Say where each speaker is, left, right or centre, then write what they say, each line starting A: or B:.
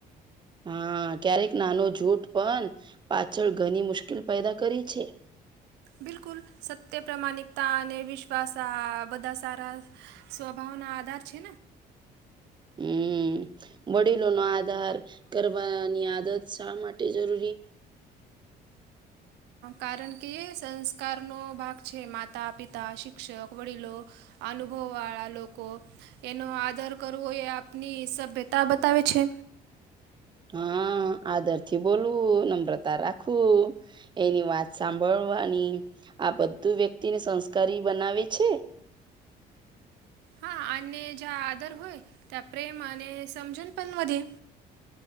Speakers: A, on the right; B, on the right.
A: હા ક્યારેક નાનો જૂઠ પણ પાછળ ઘણી મુશ્કેલ પેદા કરી છે
B: બિલકુલ સત્ય પ્રમાણિકતા અને વિશ્વાસ આ બધા સારા સ્વભાવનો આધાર છે
A: હમ વડીલો નો આધાર કરવાની આદત શા માટે જરૂરી
B: કારણ કે સંસ્કારનો ભાગ છે માતા પિતા શિક્ષક વડીલો અનુભવ વાળા લોકો એનો આદર કરવો એ આપની સભ્યતા બતાવે છે
A: હા આદર થી બોલવું નમ્રતા રાખવું એની વાત સાંભળવાની આ બધું વ્યક્તિને સંસ્કારી બનાવે છે
B: હા અને જ્યા આદર હોય ત્યા પ્રેમ અને સમજન પણ વધી